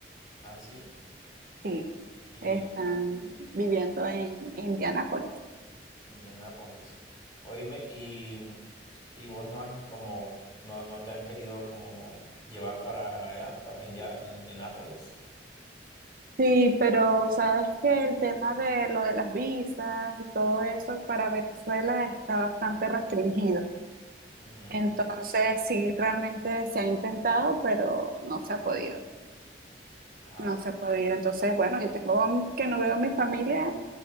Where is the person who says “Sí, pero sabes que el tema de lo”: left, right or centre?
Right